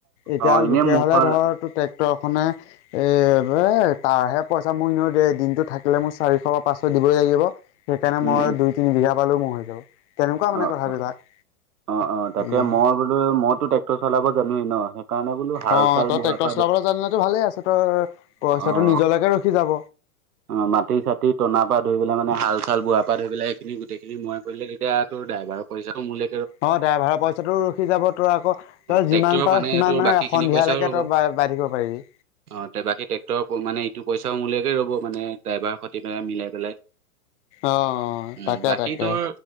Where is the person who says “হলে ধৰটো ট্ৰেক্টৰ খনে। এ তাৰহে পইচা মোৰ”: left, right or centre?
Left